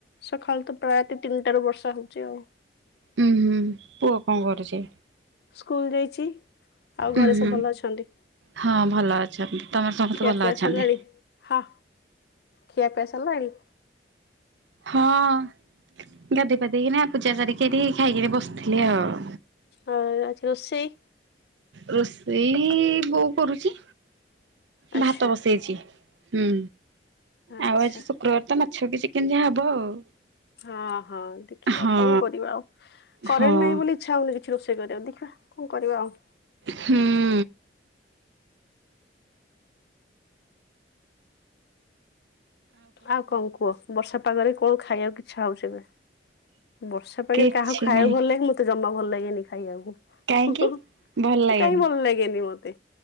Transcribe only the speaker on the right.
ଉୁଁ ହୁଁ ପୁଅ କଁ କରୁଛି?
ଉଁ
ହୁଁ।
ହଁ ଭଲ ଅଛନ୍ତି ତମର ସମସ୍ତେ
ଭଲ
ଅଛନ୍ତି?
ହଁ ଗାଧୋଇ ପାଧେଇକିନା ପୂଜା ସାରିକି ଏଠି ଖାଇକିରି ବସିଥିଲି ଆଉ।
ରୋଷେଇ ବୋଉ କରୁଚି
ଭାତ ବସେଇଛି। ହୁଁ,
ଆଉ ଆଜି ଶୁକ୍ରବାର ତ ମାଛ କି ଚିକେନ ଯାହା ହବ ଆଉ।
ହଁ
ହଁ
ହଁ
କିଛି
ନାହିଁ
କାହିଁକି
ଭଲ ଲାଗେନି